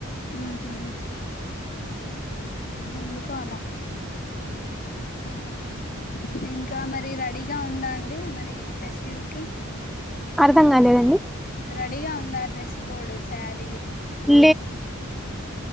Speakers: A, on the left (about 40°); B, in the centre.
A: ఉ హు ఎందుకో అలా <unintelligible> ఉందా అండి మరి ఫెస్టివల్ కి
B: అర్థం కాలేదండి
A: రెడీగా ఉందా డ్రెస్సు కోడ్ సార
B: <unintelligible>